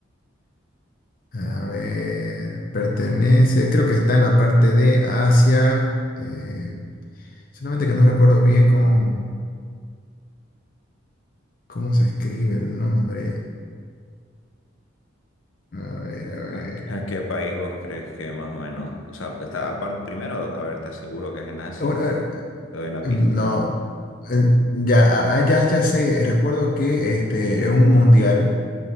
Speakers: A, on the left; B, on the left.
A: a ver, pertenece, creo que está en la parte de Asia. eh, solamente que no recuerdo bien cómo, cómo se escribe el nombre. A ver, a ver.
B: ¿A, a qué país vos crees que más o menos? O sea, está, aparte, primero, a ver, ¿estás seguro que es en Asia?
A: Bueno, a ver,
B: Te doy una
A: No,
B: pista.
A: en- ya, a- a- ya, ya sé, recuerdo que este, en un mundial